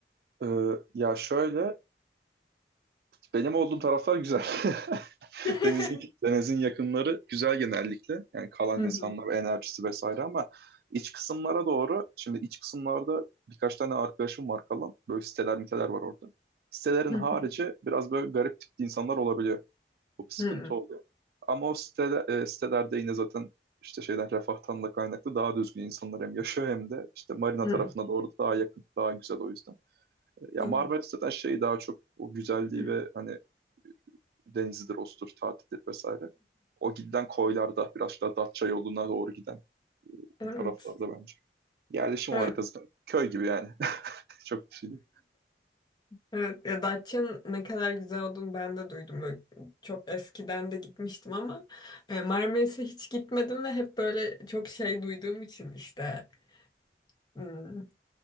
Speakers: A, on the right; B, on the left.
A: Ee, ya şöyle Benim olduğum taraflar güzel. <laughs>
B: <laughs>
A: Denizin, denizin yakınları güzel genellikle. Yani kalan
B: Hı
A: insanlar,
B: hı.
A: enerjisi vesaire ama iç kısımlara doğru, şimdi iç kısımlarda birkaç tane arkadaşım var kalan. Böyle siteler, miteler var orada. Sitelerin
B: Hı
A: harici biraz böyle garip tipli insanlar olabiliyor. Bu bir sıkıntı
B: hı.
A: oluyor. Ama o site, e, sitelerde yine zaten işte şeyden refahtan da kaynaklı daha düzgün insanlar hem yaşıyor hem de işte marina
B: Hı
A: tarafına doğru daha yakın, daha güzel o yüzden. E, Ya
B: hı.
A: Marmaris zaten şey daha çok o güzelliği
B: hı.
A: ve hani denizidir, ostur, tatildir vesaire. O giden koylarda biraz daha Datça yoluna doğru giden
B: Evet.
A: bir taraflarda bence. Yerleşim
B: Evet,
A: olarak azından köy gibi yani. <laughs> Çok bir şey değil.
B: evet. Ya Datça'nın ne kadar güzel olduğunu ben de duydum. Böyle çok eskiden de gitmiştim ama e, Marmaris'e hiç gitmedim ve hep böyle çok şey duyduğum için işte hmm,